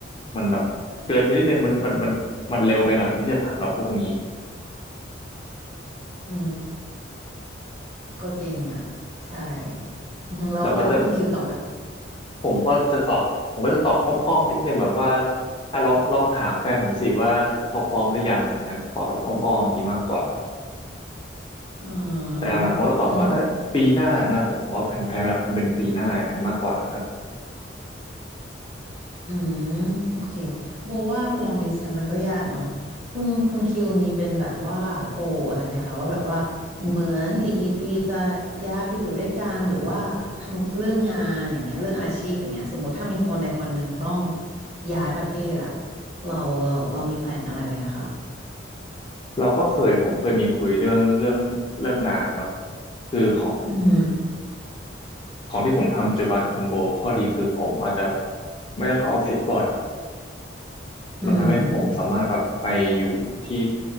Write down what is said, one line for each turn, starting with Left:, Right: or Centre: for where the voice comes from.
Left: มันแบบเกินไปนิดนึงมันมันมันมันเร็วไปหน่อยที่จะถามเราพวกนี้
Right: อืมก็จริงอ่ะใช่อืมแล้วแล้วคุณคิวตอบไป
Left: เราก็จะผมก็จะตอบผมก็จะตอบอ้อมๆนิดนึงแบบว่าอ่ะลองลองถามแฟนผมสิว่าเขาพร้อมหรือยังอะไรเงี้ยตอบแบบอ้อมๆอย่างนี้มากกว่า
Right: อืม
Left: แต่หลังๆผมก็ตอบว่าน่าปีหน้านะผมบอกว่าแผนแผนหลักคงเป็นปีหน้ากงันมากกว่าครับ
Right: อืมอืมโอเคโบว่า long distance มันก็ยากเนาะคุณคุณคิวมีเป็นแบบว่า goal อะไรไหมคะว่าแบบว่าเหมือนอีกกี่ปีจะย้ายไปอยู่ด้วยกันหรือว่าทำเรื่องงานอย่างเงี้ยเรื่องอาชีพอย่างเงี้ยสมมติถ้ามีคนใดคนหนึ่งต้องย้ายประเทศอะเราเราเรามีแพลนอะไรไหมคะ
Left: เราก็เคยผมเคยมีคุยเรื่องเรื่องเรื่องงานเนาะคือของ
Right: อืมอหือ
Left: ของที่ผมทำปัจจุบันกับคุณโบข้อดีคือผมอาจจะไม่ต้องเข้าออฟฟิศบ่อย
Right: อืม
Left: มันทำให้ผมสามารถแบบไปอยู่ที่